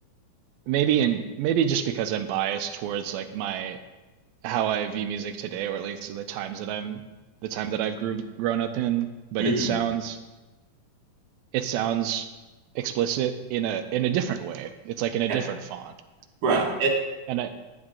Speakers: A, on the right; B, on the right.
A: maybe in maybe just because I'm biased towards like my how I view music today, or at least the times that I'm the time that I've grew grown up in. But
B: mm,
A: it sounds it sounds explicit in a in a different way. It's like in a different
B: yep,
A: font.
B: right.
A: Um, and I